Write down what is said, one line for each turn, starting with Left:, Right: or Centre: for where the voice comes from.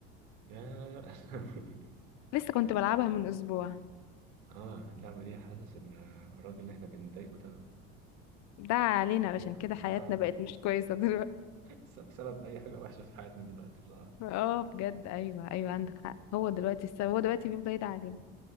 Right: يا <laughs>
Left: لسه كنت بلعبها من اسبوع
Right: أه اللعبة دي حاسس إن الراجل اللي إحنا بنضايقه ده
Left: ده علينا علشان
Right: أه
Left: كده حياتنا بقت مش كويسة دلوقتي
Right: س- سبب أي حاجة وحشة في حياتنا دلوقتي بصراحة
Left: اه بجد ايوه ايوه عندك حق هو دلوقتي الس- هو دلوقتي بيفضل يدعي علينا